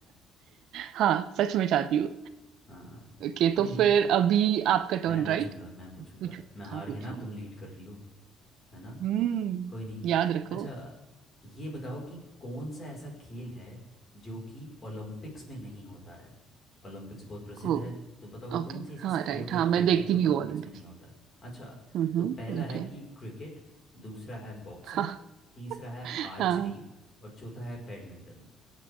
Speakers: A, on the right; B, on the left.
A: हाँ सच में चाहती हूँ
B: हाँ
A: ओके
B: कोई
A: तो
B: नहीं
A: फिर अभी आपका टर्न
B: मैं पूछूंगा
A: राइट
B: मैं पूछूंगा
A: पूछो
B: मैं हार
A: हाँ पूछो
B: गया ना अब तुम लीड कर रही हो है ना
A: हम्म
B: कोई नहीं
A: याद रखो
B: अच्छा ये बताओ कि कौन सा ऐसा खेल है जो कि ओलंपिक्स में नहीं होता है ओलंपिक्स बहुत प्रसिद्ध
A: हो
B: है तुम पता होगा
A: ओके
B: कौन सी ऐसी
A: हाँ
B: स्पोर्ट
A: राइट
B: या
A: हाँ
B: खेल
A: मैं देखती
B: है जो
A: भी हूँ
B: ओलंपिक्स
A: ओलंपिक्स
B: में नहीं होता है अच्छा
A: हम्म
B: तो पहला
A: ओके
B: है कि क्रिकेट दूसरा है बॉक्सिंग
A: हाँ
B: तीसरा है
A: हाँ
B: आर्चरी और चौथा है बैडमिंटन